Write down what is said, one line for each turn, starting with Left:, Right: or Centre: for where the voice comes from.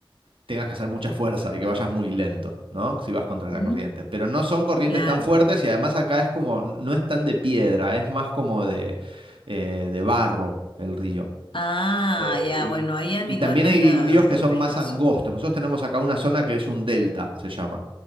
Right: tengas que hacer mucha fuerza y que vayas muy lento, ¿no? Si vas contra la
Left: Ujú,
Right: corriente. Pero no son corrientes
Left: Claro.
Right: tan fuertes y además acá es como, no es tan de piedra, es más como de, eh, de barro el río.
Left: Ah,
Right: Eh,
Left: ya,
Right: y,
Left: bueno, ahí aminoras
Right: y también hay
Left: la,
Right: ríos que
Left: el
Right: son
Left: peligroso.
Right: más angostos. Nosotros tenemos acá una zona que es un delta, se llama,